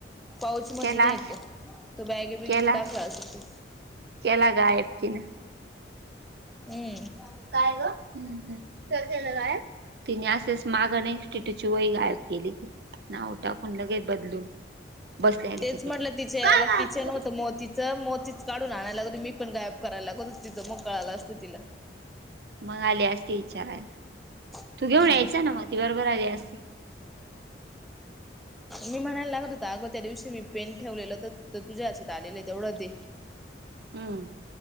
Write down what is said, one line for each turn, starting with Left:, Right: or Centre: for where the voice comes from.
Centre: पाऊच मध्ये
Right: केलास
Centre: नई येतो. तो बॅगे बिगेत
Right: केलास
Centre: टाकला असे तो
Right: केला गायब तिनं.
Centre: हम्म
Right: काय ग हम्् का केलं काय तिने असेच माग नहीं टीटूची वई गायब केली होती, नाव टाकून लगेच बदलून. बसल्याला
Centre: तेच
Right: सगट.
Centre: म्हटलं तिचे याला
Right: का गायब
Centre: किचन
Right: केलं?
Centre: होतं मोतीच मोतीच काढून आणायला लागत होत, मी पण गायब करायला लागत होता तिच मग कळाल असतं तिला.
Right: मग आली असती विचारायला.
Centre: हम्म
Right: तू घेऊन यायचा ना मग ती बरोबर आली असती.
Centre: मी म्हणायला लागत होता अगं त्या दिवशी मी पेन ठेवलेला तो तुझ्या यांच्यात आलेला तेवढं दे.
Right: हम्म.